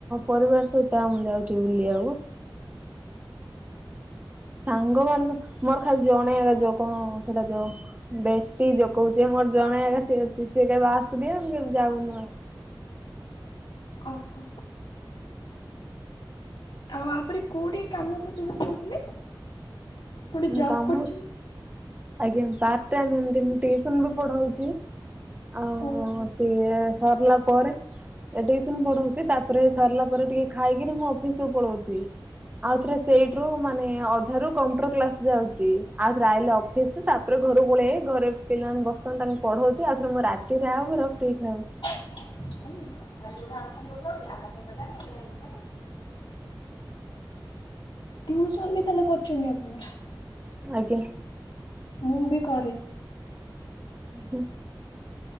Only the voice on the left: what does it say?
ଓହୋ। ଆଉ ଆ ପରେ କୋଉଠି କାମକୁ ଯିବା କହୁଥିଲେ? କୋଉଠି
ଜବ୍
କରିଛନ୍ତି?
ଓହୋ
<inaudible> ଟିଉସନ ବି ତାହେଲେ କରୁଛନ୍ତି ଆପଣ?
ମୁଁ ବି କରେ।